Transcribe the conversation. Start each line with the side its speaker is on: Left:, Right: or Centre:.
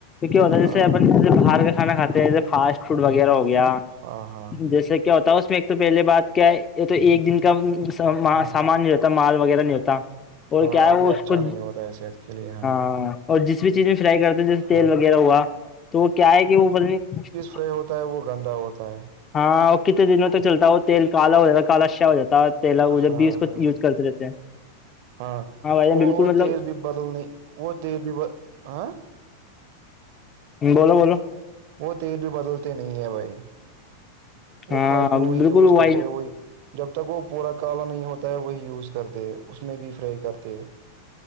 Left: کیا ہوتا ہے جیسے
Right: ہاں
Left: اپ ج باہر کا کھانا کھاتے ہیں جیسے فاسٹ فوڈ وغیرہ ہو گیا
Right: ہاں ہاں
Left: جیسے کیا ہوتا اس میں ایک تو پہلے بات کیا یہ تو ایک دن کا سامانتا
Right: ہاں
Left: مال وغیرہ نہیں ہوتا اور
Right: ہاں
Left: کیا ہے وہ
Right: یہ
Left: اس
Right: اچھا
Left: کو
Right: نہیں ہوتا ہے صحت کے لیے ہاں
Left: ہاں اور جس بھی چیز میں فرائی کرتے ہو جیسے
Right: ہاں
Left: تیل وغیرہ ہوا تو وہ کیا ہے کہ وہ بت
Right: اسے ہوتا ہے وہ گندا ہوتا ہے
Left: ہاں وہ کتنے دنوں تک چلتا وہ تیل کالا ہو جاتا ہے کال اشیا ہو جاتا ہے تیلا و جب
Right: ہاں
Left: بھی اس کو
Right: ہاں
Left: یوز کرتے رہتے ہیں
Right: ہاں
Left: بھائی جان
Right: وہ
Left: بالکل
Right: وہ
Left: مطلب
Right: تل بھی بدلنی وہ تل بھی ب ہاں
Left: بولو بولو
Right: وہ تیل بھی بدلتے نہیں ہے بھائی وہ
Left: ہاں
Right: خالی وہی
Left: بالکل
Right: یوز کرتے
Left: وائٹ
Right: وہی جب تک وہ پورا کالا نہیں ہوتا ہے وہی یوز کرتے اس میں بھی فرائی کرتے